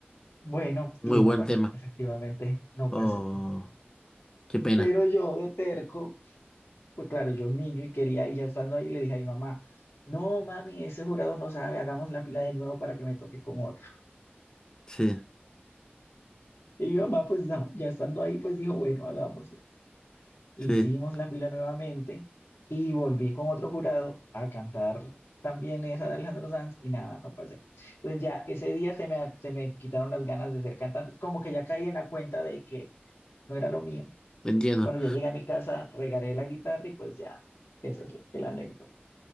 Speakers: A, on the left; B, on the left.
A: Bueno,
B: Muy
A: y
B: buen
A: no pasé,
B: tema.
A: efectivamente, no
B: Oh,
A: pasé.
B: qué pena.
A: Pero yo de terco, pues claro, yo niño y quería, y ya estando ahí, le dije a mi mamá, no, mami, ese jurado no sabe, hagamos la fila de nuevo para que me toque con otro.
B: Sí,
A: Y mi mamá, pues no, ya estando ahí, pues dijo, bueno, hagámosla. Hicimos
B: sí.
A: la fila nuevamente y volví con otro jurado a cantar también esa de Alejandro Sanz y nada, no pasé. Entonces ya ese día se me, se me quitaron las ganas de ser cantante, como que ya caí en la cuenta de que no era lo mío.
B: Entiendo.
A: Cuando ya llegué a mi casa, regaré la guitarra y pues ya, esa es la, la anécdota.